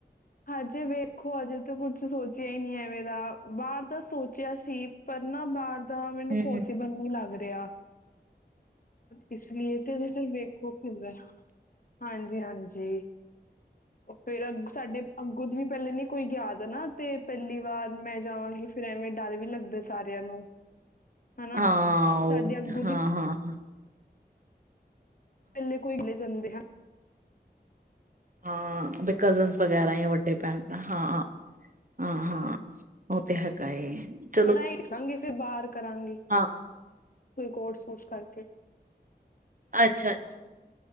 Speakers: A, on the left; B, on the right.
A: ਹਜੇ ਵੇਖੋ ਹਜੇ ਤੇ ਕੁਛ ਸੋਚਿਆ ਹੀ ਨਹੀਂ ਹੈ, ਐਵੇ ਦਾ ਮੇਰਾ ਬਾਹਰ ਦਾ ਸੋਚਿਆ ਸੀ ਪਰ ਨਾ ਬਾਹਰ ਬਾਹਰ ਮੈਨੂੰ
B: ਹੂੰ
A: ਪੋਸੀਬਲ
B: ਹੂੰ
A: ਨਹੀ ਲੱਗ ਰੀ ਗਿਆ। ਇਸ ਲਈ ਤੇ ਹਜੇ ਵੇਖੋ ਕੀ ਹੁੰਦਾ ਹਾਂਜੀ, ਹਾਂਜੀ ਫੇਰ ਅ ਸਾਡੇ ਅੱਗੂ ਦੀ ਵੀ ਪਹਿਲੇ ਨੀ ਕੋਈ ਗਿਆ ਨਾ ਤੇ ਪਹਿਲੀ। ਬਾਅਦ ਮੈਂ ਜਾਵਾਂਗੀ ਫੇਰ ਐਵੇਂ ਡਰ ਵੀ ਲੱਗਦਾ ਸਾਰਿਆਂ ਨੂੰ ਹਨਾ
B: ਹਾਂ ਔ
A: ਸਾਡੇ ਅੱਗੋਂ
B: ਹਾਂ
A: ਦੀ
B: ਹਾਂ ਹਾਂ
A: ਪਹਿਲਾਂ ਕੋਈ ਵੈ ਜਾਂਦੇ ਹਾਂ।
B: ਹਾਂ, ਬਈ ਕਜ਼ਨਸ ਵਗੈਰਾ ਜਾ ਵੱਡੇ ਭੈਣ ਭਰਾ ਹਾਂ ਹਾਂ ਹਾਂ ਔ ਤੇ ਹੈਗਾ ਏ। ਚਲੋ
A: ਪੜ੍ਹਾਈ ਕਰੇਗੀ ਫਿਰ ਬਾਹਰ ਕਰਾਂਗੀ।
B: ਹਾਂ
A: ਕੋਈ ਕੋਰਸ ਕੁਰਸ ਕਰਕੇ।
B: ਅੱਛਾ
A: ਹਾਂਜੀ
B: ਅੱਛਾ।